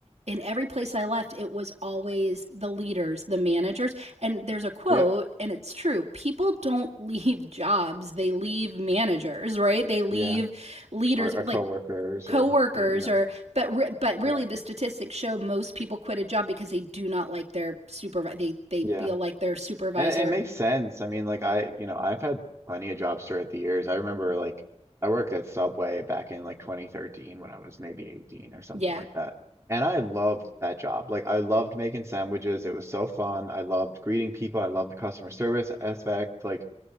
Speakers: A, on the right; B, on the right.
A: in every place I left, it was always the leaders, the managers, and there's a quote,
B: yep,
A: and it's true. People don't <laughs> leave jobs, they leave managers, right? They leave
B: yeah,
A: leaders,
B: or, or coworkers,
A: like coworkers
B: or y- you know,
A: or but re- but really
B: yeah,
A: the statistics show most people quit a job because they do not like their supervisor they they
B: yeah.
A: feel like their supervisor
B: And it it makes sense. I mean, like I, you know, I've had plenty of jobs throughout the years. I remember like I worked at Subway back in like 2013 when I was maybe 18 or something
A: yeah
B: like that. And I loved that job. Like I loved making sandwiches. It was so fun. I loved greeting people. I loved the customer service aspect. Like